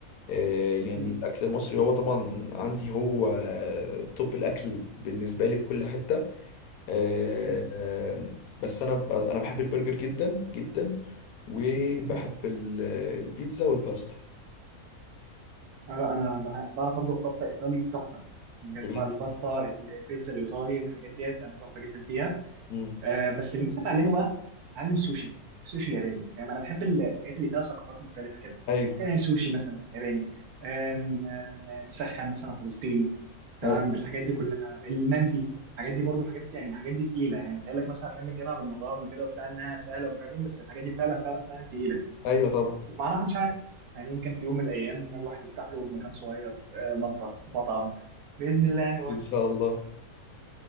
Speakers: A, on the left (about 75°); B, on the right (about 75°).
A: آه يعني
B: مم،
A: الاكل المصري هو طبعا عندي هو توب الاكل بالنسبه لي في كل حته آه
B: مم،
A: آه، بس انا ب- انا بحب البرجر جدا جدا وبحب
B: مم، مم.
A: ال- البيتزا والباستا
B: آه، لا أنا بح- أنا بعرف أطبخ باستا إيطالي تحفة يعني بجد
A: بجد
B: بقى الباستا ال- البيتزا الإيطالي الحاجات ديت أنا تحفة جدا فيها
A: مم.
B: آه بس اللي لسه اتعلمه بقى اتعلم سوشي سوشي ياباني فاهم انا بحب ال- الحاجات اللي فيها ثقافات مختلفه كده
A: ايوه
B: آه سوشي مثلا ياباني آم، آم، آم، مسخن مثلا فلسطيني تمام
A: ايوه
B: الحاجات دي كلها المندي الحاجات دي برضو حاجات يعني الحاجات دي تقيله يعني تقول لك مثلا عشان بنجيبها من المطاعم وكده وبتاع انها سهله ومش عارف ايه بس الحاجات دي فعلا فعلا فعلا تقيله
A: ايوه طبعا
B: ومعناها مش عارف يعني يمكن في يوم من الايام الواحد يفتح له مكان صغير آه، مطبخ مطعم باذن الله يعني وقت-
A: ان شاء الله